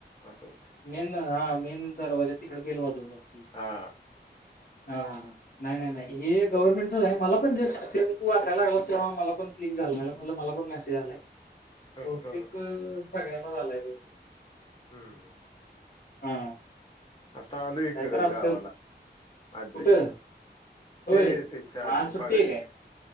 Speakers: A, on the left (about 25°); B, on the left (about 55°).
A: असं हो
B: मेन हा मेन दरवाजा तिकड बेल वाजू बसती
A: हा
B: हा नाही नाही नाही हे गव्हर्नमेंटच आहे मला पण जे सेम तू असायला गलास ते मला पण क्लिक झाल हा मला पण मेसेज आलाय
A: हम्म
B: बहुतेक सगळ्यांनाच आलाय बतेक
A: हम्म
B: हा
A: आता आल इकड
B: काय तर असेल
A: गावाला आज्जीकड
B: कुठं होय
A: ते त्यांच्या
B: मग
A: आजी
B: आज सुट्टी
A: पाडेलीच.
B: आहे काय